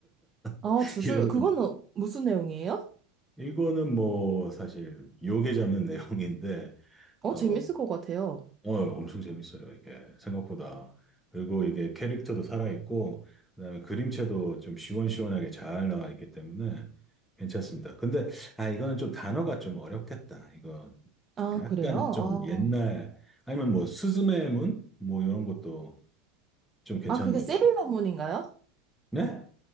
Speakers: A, on the right (about 30°); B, in the centre.
A: 아,
B: <laughs>
A: 주술,
B: 이런
A: 그거는
B: 거.
A: 무슨 내용이에요?
B: 이거는 뭐, 사실, 요괴 잡는 <laughs> 내용인데,
A: 어,
B: 어,
A: 재밌을 것 같아요.
B: 어, 엄청 재밌어요, 이게. 생각보다. 그리고 이게 캐릭터도 살아있고, 그다음에 그림체도 좀 시원시원하게 잘 나와 있기 때문에 괜찮습니다. 근데, 아, 이거는 좀 단어가 좀 어렵겠다. 이거
A: 아,
B: 약간
A: 그래요? 아,
B: 좀 옛날, 아니면 뭐, 스즈메의 문? 뭐, 이런 것도 좀 괜찮은
A: 아, 그게
B: 거
A: 세일러문인가요?
B: 같아요. 네?